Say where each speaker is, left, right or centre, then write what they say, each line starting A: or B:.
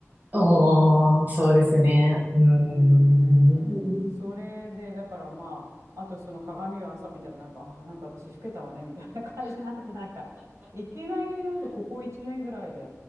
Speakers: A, on the right (about 35°); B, on the right (about 80°).
A: おー、そうですね。うん。
B: うーん、それで、だからまあ、あとその鏡を朝見たらなんか、あー、なんか私老けたわね、みたいな感じになって、なんか、いきなりなんかここ1年ぐらいで、